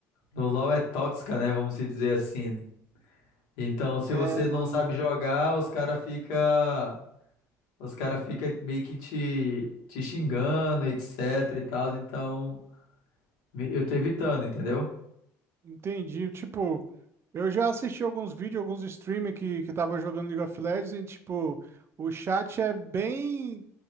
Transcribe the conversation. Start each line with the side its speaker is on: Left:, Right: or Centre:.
Left: no LoL é tóxica, né? Vamos se dizer assim. Então, se
Right: É,
Left: você
Right: mano,
Left: não sabe jogar, os cara fica os cara fica meio que te, te xingando, etc e tal. Então, me- eu tô evitando, entendeu?
Right: entendi. Tipo, eu já assisti alguns vídeos, alguns streamers que, que tava jogando League of Legends e, tipo, o chat é bem